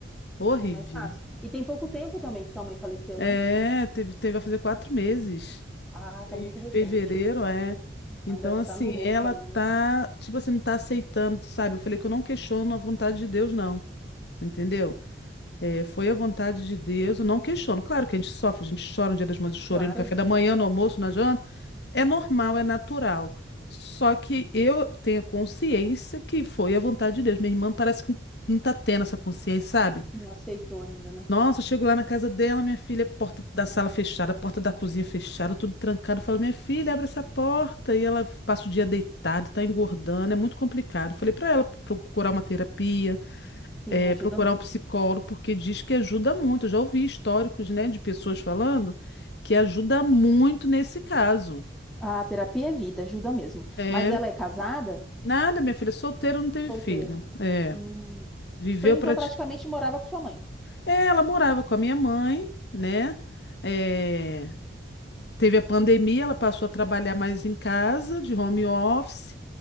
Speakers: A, on the left; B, in the centre.
A: Horrível.
B: Ah, não é fácil. E tem pouco tempo também que sua mãe faleceu,
A: É,
B: né?
A: teve, teve a fazer quatro meses.
B: Ah, tá
A: Em
B: muito recente.
A: fevereiro, é. Então,
B: Ainda tá
A: assim,
B: no luto
A: ela
B: ainda.
A: tá, tipo assim, não tá aceitando, sabe? Eu falei que eu não questiono a vontade de Deus, não. Entendeu? É, foi a vontade de Deus, eu não questiono. Claro que a gente sofre, a gente chora no Dia das Mães, eu chorei
B: Claro,
A: no café da manhã, no almoço, na janta. É normal, é natural. Só que eu tenho a consciência que foi a vontade de Deus. Minha irmã parece que não tá tendo essa consciência, sabe?
B: não aceitou ainda, né?
A: Nossa, eu chego lá na casa dela, minha filha, porta da sala fechada, porta da cozinha fechada, tudo trancado. Eu falo, minha filha, abre essa porta. E ela passa o dia deitada, tá engordando, é muito complicado. Falei pra ela procurar uma terapia,
B: Sim,
A: eh,
B: ajuda
A: procurar
B: muito.
A: um psicólogo, porque diz que ajuda muito. Eu já ouvi históricos, né, de pessoas falando que ajuda muito nesse caso.
B: A terapia é vida, ajuda mesmo.
A: É,
B: Mas ela é casada?
A: nada, minha filha, solteira não teve
B: Solteira.
A: filho. É,
B: Hum.
A: viveu
B: Pra- Então
A: praticamente.
B: praticamente morava com sua mãe.
A: É, ela morava com a minha mãe, né? É, Teve a pandemia, ela passou a trabalhar mais em casa, de home office.